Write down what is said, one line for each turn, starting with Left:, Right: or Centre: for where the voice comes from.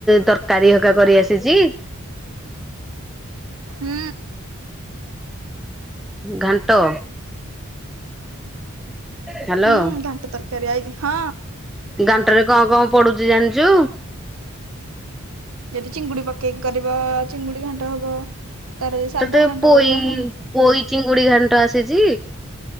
Centre: ତରକାରୀ ହେକା କରି ଆସିଛି?
Right: ହୁଁ।
Centre: ଘାଣ୍ଟ। ହ୍ୟାଲୋ
Right: ହୁଁ ଘଣ୍ଟା ତରକାରୀ ଆଇଛି ହଁ।
Centre: ଘାଣ୍ଟରେ କ କ ପଡୁଛି ଜାଣିଛୁ?
Right: ଯଦି ଚିଙ୍ଗୁଡି ପକେଇ କରିବ ଚିଙ୍ଗୁଡି ଘାଣ୍ଟ ହବ ତାର ଯଦି ସାଧା
Centre: ତତେ
Right: ଘାଣ୍ଟ
Centre: ପୋଇ
Right: କରିବ ସା
Centre: ପୋଇ ଚିଙ୍ଗୁଡ଼ି ଘାଣ୍ଟ ଆସିଛି?